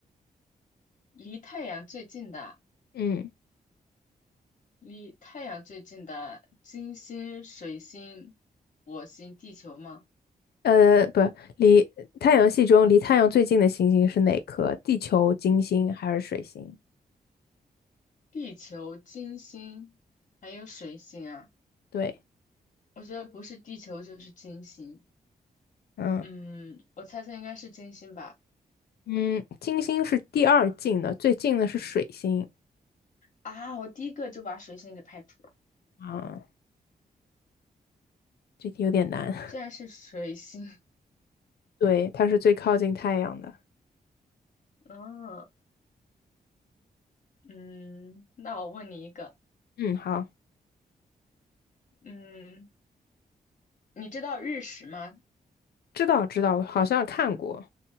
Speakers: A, on the left; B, on the left.
A: 离太阳最近的。
B: 嗯。
A: 离太阳最近的金星、水星、火星、地球吗？
B: 呃，不，离太阳系中离太阳最近的行星是哪颗？地球、金星还是水星？
A: 地球、金星还有水星啊，
B: 对，
A: 我觉得不是地球就是金星。
B: 嗯
A: 嗯，我猜测应该是金星吧。
B: 嗯，金星是第二近的，最近的是水星。
A: 啊，我第一个就把水星给排除了，
B: 啊，这题有点难。
A: 竟然是水星。<laughs>
B: <laughs> 对，它是最靠近太阳的。
A: 嗯嗯，那我问你一个，
B: 嗯，好，
A: 嗯，你知道日食吗？
B: 知道知道，好像看过，